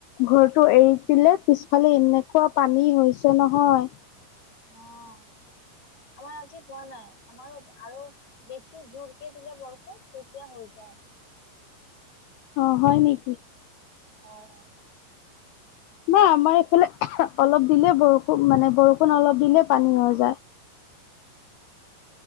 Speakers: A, on the left; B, on the left.
A: ঘৰটো এৰি পিলে পিছফালে এনেকুৱা পানী হৈছে নহয়।
B: অ', আমাৰ আজি হোৱা নাই। আমাৰো আৰু বেছি জোৰ কে দিলে বৰফ তেতিয়া হৈ যাই।
A: অ', হয় নেকি?
B: হয়।
A: নাই আমাৰ এইফালে অলপ দিলে বৰষুণ মানে বৰষুণ অলপ দিলে পানী হৈ যায়।